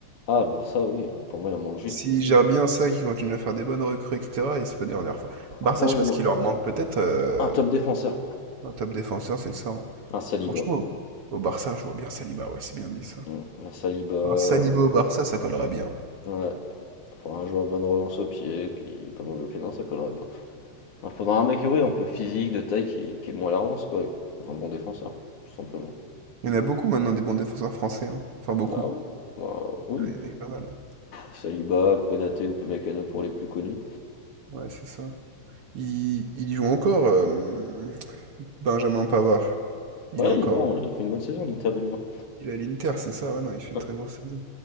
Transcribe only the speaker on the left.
ah le Barça oui, bah, pour moi il en manque juste.
Oh,
pour moi,
il
en manque
un top défenseur,
un Saliba.
Mm, Un Saliba, euh,
ouais. Faudra un joueur bonne relance au pied, qui pas mauvais au pied, non, ça collerait bien. Il faudra un mec, oui, un peu physique, de taille, qui, qui est bon à la relance, quoi. Un bon défenseur, tout simplement.
Ah ouais. Bah, oui,
Saliba, Konaté ou Pemecano pour les plus connus.
Ouais,
il est bon, il fait une bonne saison, l'Inter de Milan.
Ouais,